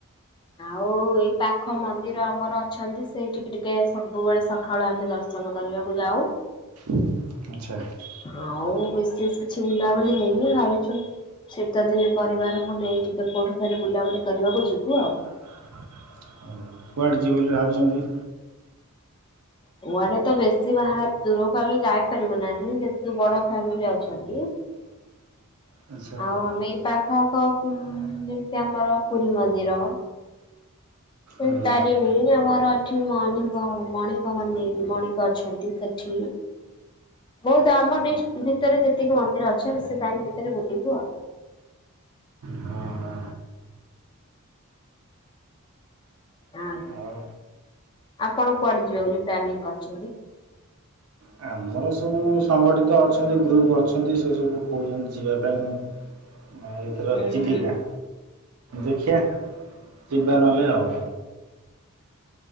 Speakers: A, on the left; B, on the right.
A: ଆଉ ଏଇ ପାଖ ମନ୍ଦିର ଆମର ଅଛନ୍ତି। ସେଇଠିକି ଟିକେ ସବୁବେଳେ ସଖାଳୁ ଆମେ ଦର୍ଶନ କରିବାକୁ ଯାଉ।
B: ଆଚ୍ଛା।
A: ଆଉ ବିଶେଷ କିଛି ବୁଲାବୁଲି ହେଇନି ଭାବିଛି ଶୀତଦିନେ ପରିବାରଙ୍କୁ ନେଇ ଟିକେ କୋଉଠିକୁ ବୁଲାବୁଲି କରିବାକୁ ଯିବୁ ଆଉ।
B: କୁଆଡ଼େ ଯିବେ ବୋଲି ଭାବିଛନ୍ତି?
A: କୁଆଡେ ତ ବେଶୀ ବାହା ଦୂରକୁ ଆମେ ଯାଇପାରିବୁ ନାହିଁ ଯେହେତୁ ବଡ ଫ୍ୟାମିଲୀ ଅଛନ୍ତି। <inaudible>
B: ଆଚ୍ଛା
A: ଆଉ ଆମେ ଏଇ ପାଖଆଖ ଯେମିତି ଆମର ପୁରୀ ମନ୍ଦିର। ସେମତି
B: ଆଜ୍ଞା
A: ତାରିଣୀ ଆମର ଏଠି ମଣିକ ମଣିକମାନେ ମଣିକ ଅଛନ୍ତି ସେଠି। ବହୁତ ଆମ ଡିଷ୍ଟ ଭିତରେ ଯେତିକି ମନ୍ଦିର ଅଛି ସେ ତାରି ଭିତରେ ବୁଲିବୁ ଆଉ।
B: ହଁ ହଁ
A: <unintelligible>
B: ଆଉ
A: ଆପଣ କୁଆଡେ ଯିବେ ବୋଲି ପ୍ଲାନିଂ କରିଛନ୍ତି?
B: ନାମ ଆମର ସବୁ ସଂଗଠିତ ଅଛନ୍ତି ଗ୍ରୁପ୍ ଅଛନ୍ତି ସେ ସବୁ କହୁଛନ୍ତି। ଯିବା ପାଇଁ ଏଥର
A: ହୁଁ
B: ଚିଲିକା।
A: ହୁଁ।
B: ଦେଖିଆ ଯିବା ନହଲେ ଆଉ।